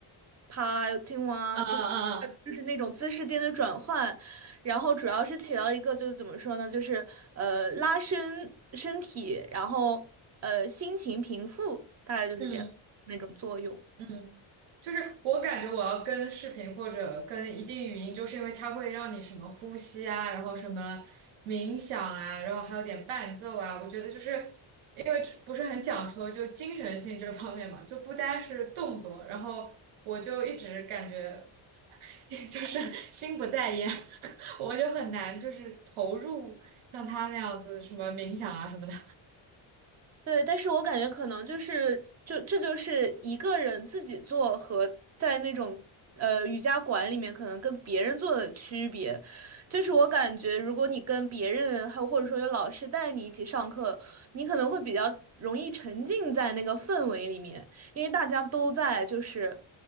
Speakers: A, on the right; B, on the right.
A: 趴、青蛙，
B: 嗯嗯嗯
A: 就就是那种姿势间的转换，然后主要是起到一个就是怎么说呢，就是呃拉伸身体，然后呃心情平复，大概就是这样那种作用。
B: 嗯嗯，就是我感觉我要跟视频或者跟一定语音，就是因为它会让你什么呼吸啊，然后什么冥想啊，然后还有点伴奏啊。我觉得就是因为这不是很讲究就精神性这方面嘛，就不单是动作。然后我就一直感觉 <laughs> 就是心不在焉，<laughs> 我就很难就是投入像他那样子什么冥想啊什么的。
A: 对，但是我感觉可能就是就这就是一个人自己做和在那种呃瑜伽馆里面可能跟别人做的区别，就是我感觉如果你跟别人还有或者说有老师带你一起上课，你可能会比较容易沉浸在那个氛围里面，因为大家都在就是